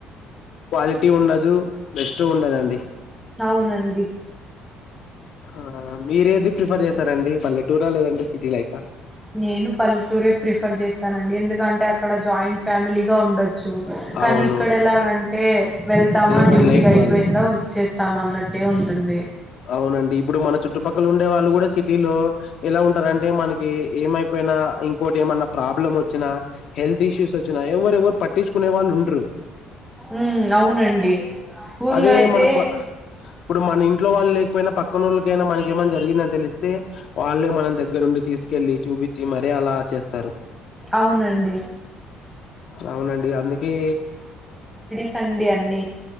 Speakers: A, on the left; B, in the centre.
A: క్వాలిటీ ఉండదు బెస్ట్ ఉండదండి
B: అవునండి.
A: ఆ మీరేది ప్రిఫర్ చేస్తారండి పల్లె టూర్ ఆ లేదంటే సిటీ లైఫ
B: నేను పల్లెటూరే ప్రిఫర్ చేస్తానండి. ఎందుకంటే అక్కడ జాయింట్ ఫ్యామిలీగా ఉండొ చు. కానీ
A: అవును
B: ఇక్కడ ఎలాగంటే వెళ్తామా
A: ఎవరి
B: డ్యూటీకి
A: లైఫ్
B: అయిపోయిందా
A: వాళ్ళది.
B: వచ్చేస్ స్తాం అన్నట్టే ఉంటుంది.
A: అవునండి ఇప్పుడు మన చుట్టుపక్కల ఉండే వాళ్ళు గుడా సిటీలో ఎలా ఉం టరంటే మనకి ఏమైపోయినా ఇంకోటి ఏమన్నా ప్రాబ్లం వచ్చినా, హెల్త్ ఇష్యూస్ వచ్చినా ఎవరు ఎవరు పట్టించుకునే వాళ్ళు ఉండరు.
B: ఉమ్ అవునండి ఊర్లో
A: అదే
B: అయితే
A: మన ప ఇప్పుడు మన ఇంట్లో వాళ్ళు లేకపోయినా పక్ పక్కనోళ్లకైనా మనక్ ఏమన్న జరిగిందని తెలిస్తే వల్లే మనం దగ్గరుండి తీసుకెళ్ళి, చూపించి మరి అలా చేస్తారు
B: అవునండి
A: అవునండి అందుకే
B: సిండి అన్నీ.